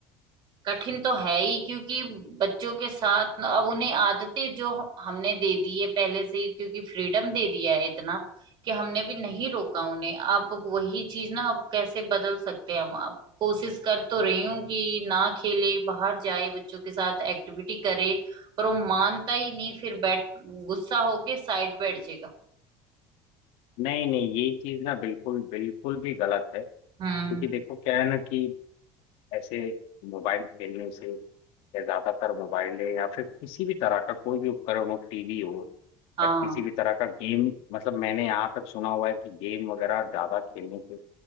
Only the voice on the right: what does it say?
कठिन तो है ही क्योंकि बच्चों के साथ ना- अब उन्हें आदतें जो हमने
दे दी है पहले से ही क्योंकि फ्रीडम दे दिया है इतना कि हमने भी नहीं रोका उन्हें अब वही चीज ना अब कैसे बदल सकते हैं हम अब कोशिश कर तो रही हूँ कि ना खेले बाहर जाए बच्चों के साथ एक्टिविटी करे पर वो मानता ही नहीं फिर बैठ गुस्सा होके साइड बैठ जाएगा
हम्म
हाँ